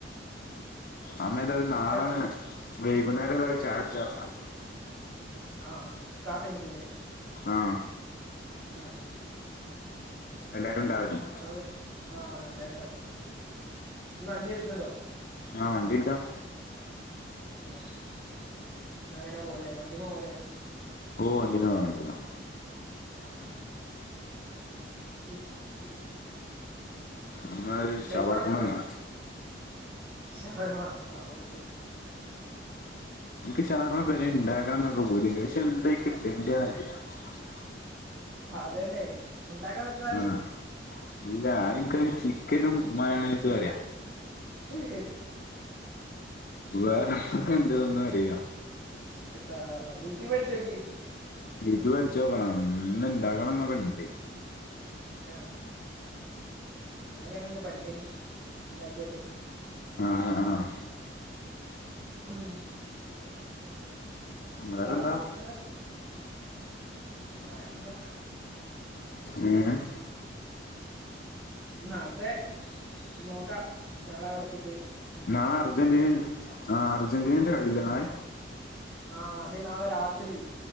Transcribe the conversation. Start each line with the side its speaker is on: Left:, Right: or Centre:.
Left: അമ്മേതായലും നാളെ
Right: ജപ്
Left: വൈകുന്നേരം ഇതായ ചായ <unintelligible>
Right: ആഹ് ക്ലാസ്സ് കഴിഞ്ഞിട്ട്ല്ലേ
Left: ആഹ്
Right: ആഹ്
Left: എല്ലാരുണ്ടാവില്ലേ
Right: അത് ആഹ് എല്ലാര്ണ്ടാദ്യം ഇജ്ജ് വണ്ടിയെട്ക്ക്ണ്ടോ
Left: ആഹ് വണ്ടിയെട്ക്കാം
Right: ആഹ് എന്നാങ്ങനെ പോവാലെ വണ്ടിമ്മെ പോവാലെ
Left: ഓഹ് വണ്ടിമ്മെ വേണെ പോവാം
Right: ആഹ് ആഹ് <unintelligible>
Left: നമ്മൾ
Right: സൽമാൻന്റെ
Left: ഷവർമ്മ എന്നാ
Right: ശവർമ്മ ആഹ് ഓക്കെ
Left: നിക്ക് ഷവർമ്മ പെരെണ്ടാക്കണംന്നൊക്കെ പൂതിണ്ട് പക്ഷെ എന്തായ്ക്ക്ടണ്ടേതറില്ലാ <unintelligible>
Right: അതെന്നെ ഉണ്ടാകാ <unintelligible>
Left: ആഹ് ഇല്ല അതിൻക്ക് ചിക്കനും മായോണയ്‌സും അറിയാ
Right: ഹ്ഹ
Left: വേറെന്തൊക്കെണ്ടതൊന്നും അറീലാ
Right: ആഹ് യൂട്യൂബ് അടിച്ചോക്ക്
Left: യൂടൂബടിച്ചോക്കണം ഇന്ന്ണ്ടാക്കണം <unintelligible>
Right: ആഹ് അങ്ങനെ ങ്ങെന്നല്ലോ പഠിക്കല് ഇണ്ടാക്കിട്ട്
Left: ആഹ് ആഹ്
Right: അം
Left: വേറെന്താ
Right: വേറൊന്നും ആഹ് വേറെന്താ
Left: എങ്ങനെ
Right: നാളത്തെ നോക്കാം നാളെവിടെത്തിട്ട്
Left: നാളെ അർജന്റീന ആഹ് അർജന്റീനേന്റെ കളില്ലെ നാളെ
Right: ആഹ് അതേ നാളെ രാത്രി